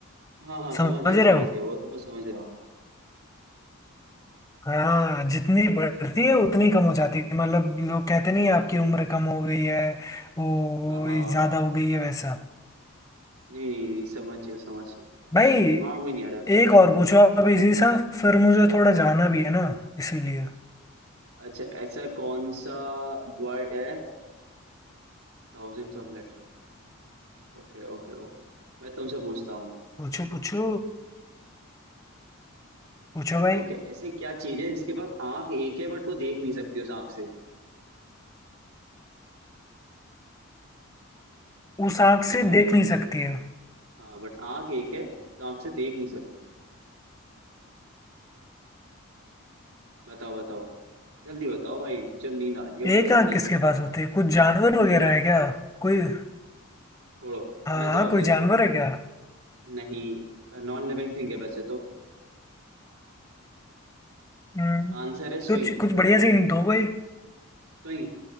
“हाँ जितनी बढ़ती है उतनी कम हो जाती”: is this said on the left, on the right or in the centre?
Left